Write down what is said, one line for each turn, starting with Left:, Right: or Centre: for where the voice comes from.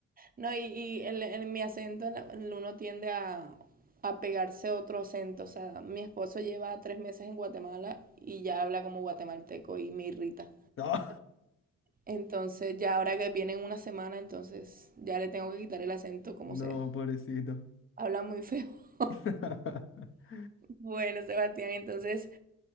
Right: No, y, y en, en mi acento la- uno tiende a, a pegarse a otro acento. O sea, mi esposo lleva tres meses en Guatemala y ya habla como guatemalteco y me irrita.
Left: no,
Right: Entonces, ya ahora que viene en una semana, entonces ya le tengo que quitar el acento como
Left: <laughs>
Right: sea.
Left: no, pobrecito.
Right: Habla muy feo. <laughs>
Left: <laughs>
Right: Bueno, Sebastián, entonces